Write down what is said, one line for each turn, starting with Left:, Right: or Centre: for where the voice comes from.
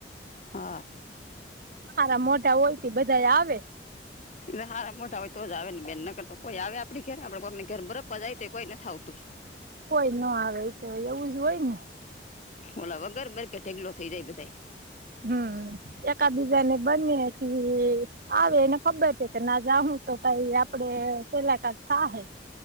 Left: હા
Right: હારા મોટાઇ હોય તે બધા આવે
Left: સારા મોટા હોય તો જ આવે ને બેન નકર તો કોઈ આવે આપણી ઘેર આપણે કોકની ઘેર <unintelligible> કોઈ નથ આવતું
Right: કોઈ ન આવે તો એવું જ હોય ને
Left: ઓલા વગર <unintelligible> બધાય
Right: હમ એકા બીજા ને <unintelligible> આવે એને ખબર છે ને જાઉં તો આપડે <unintelligible>